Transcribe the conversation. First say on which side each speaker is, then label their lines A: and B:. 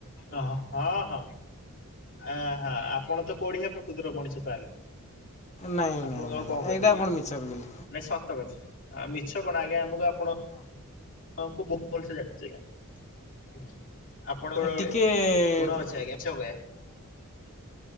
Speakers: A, on the left (about 60°); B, on the left (about 30°).
A: ଅ ହଁ ହଁ ଆ ହ ଆପଣ ତ କୋଢିଆ ପ୍ରକୃତିର ମଣିଷ ତାହଲେ
B: ନାଇଁ
A: ଆପଣଙ୍କୁ
B: ନାଇଁ ନାଇଁ
A: ଆଉ କଣ କହିପାରିବି
B: ଏଇଟା ଆପଣ ମିଛ କହିଲେ।
A: ନାଇଁ ସତ କଥା ମିଛ କଣ ଆଜ୍ଞା ଆମକୁ ଆପଣ ଆମକୁ ବହୁତ ଭଲସେ ଜାଣିଛି ଆଜ୍ଞା। ଆପଣଙ୍କ ଗୋଡେ
B: ଟିକେ
A: କୁଣ ଅଛି ଆଜ୍ଞାଛ କହେ <inaudible>